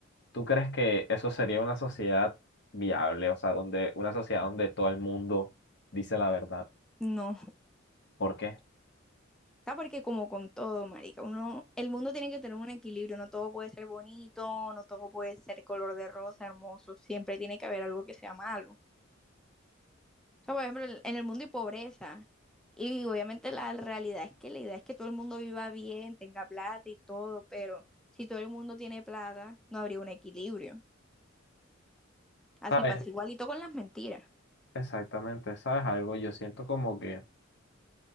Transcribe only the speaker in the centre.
No.
sea, porque como con todo, marica, uno, el mundo tiene que tener un equilibrio, no todo puede ser bonito, no todo puede ser color de rosa, hermoso, siempre tiene que haber algo que sea malo. O sea, por ejemplo, en en el mundo hay pobreza. Y obviamente la realidad es que la idea es que todo el mundo viva bien, tenga plata y todo, pero si todo el mundo tiene plata, no habría un equilibrio. Así
pasa igualito con las mentiras.